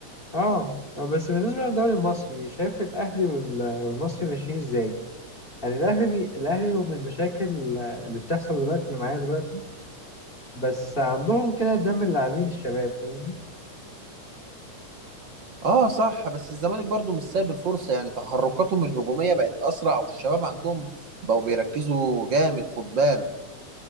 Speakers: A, on the left; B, on the right.
A: اه بس بالنسبة للدوري المصري شايف الأهلي وال- والمصري ماشيين إزاي يعني الأهلي بي... الأهلي رغم المشاكل اللي بتحصل دلوقتي معايا دلوقتي بس عندهم كده دم اللاعبين الشباب فاهمني
B: اه صح بس الزمالك برضو مش سايب الفرصة يعني تحركاتهم الهجومية بقت اسرع والشباب عندهم بقوا بيركزوا جامد خد بالك